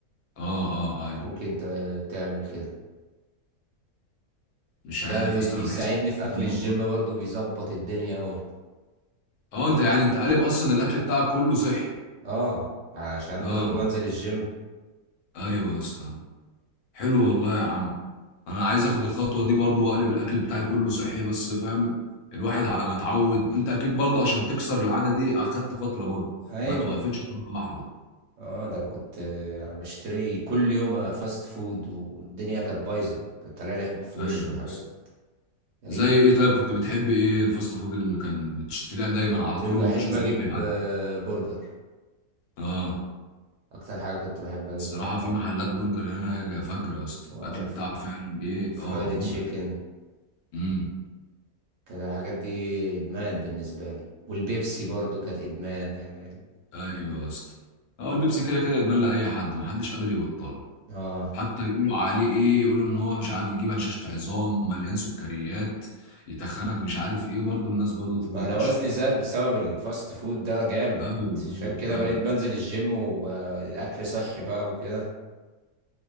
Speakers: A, on the left; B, on the right.
A: اه اه آه، ايوه
B: ممكن ت... تعمل كده
A: مش
B: ده
A: عارف
B: بي-
A: يا اسطى
B: بيساعدني
A: انا بحس
B: في
A: في
B: اكل
A: المطبخ
B: الجيم برضو بيظبط الدنيا اوي
A: اه انت يعني انت قالب اصلا الاكل بتاعك كله صحي
B: اه عشان
A: اه
B: برضو بنزل الجيم
A: ايوه يا اسطى حلو والله يا عم انا عايز اخد الخطوه دي برضو واقلب الاكل بتاعي كله صحي بس فاهم الواحد على ما اتعود انت اكيد برضو عشان تكسر العاده دي اخدت فتره برضو
B: ايوه
A: ما توقفتش مره واحده
B: اه ده انا كنت انا بشتري كل يوم فاست فود والدنيا كانت بايظه كانت طالع لي حبوب في وشي
A: ايوه
B: وحاجات
A: يا اسطى
B: غريب
A: زي ايه طيب كنت بتحب ايه الفاست فود اللي كان بتشتريها دايما
B: كنت
A: على طول
B: بحب
A: ما فيش اسبوع
B: اجيب
A: بيعدي
B: آه، برجر
A: اه
B: اكتر حاجه كنت بحب اجيبها
A: الصراحة
B: آه،
A: في محلات برجر هنا جا- فجرة يا اسطى
B: آه،
A: الأكل
B: والف-
A: بتاعه فعلا إيه
B: والفرايد
A: أه مغري
B: تشيكن
A: امم
B: كانت الحاجات دي ادمان بالنسبه لي والبيبسي برضو كانت ادمان يعني ال-
A: أيوه يا اسطى هو البيبسي كده كده إدمان لأي حد محدش قادر يبطله
B: اه
A: حتى يقولوا عليه إيه يقولوا إن هو مش عارف يجيب هشاشة عظام مليان سكريات يتخنك مش عارف إيه برضه الناس برضه تفضل
B: ما انا
A: تشرب
B: وزني زاد بسبب الفاست فود ده جامد
A: أيوه
B: عشان
A: أيوه
B: كده
A: أيوه
B: بقيت بنزل الجيم والاكل صحي بقى وكده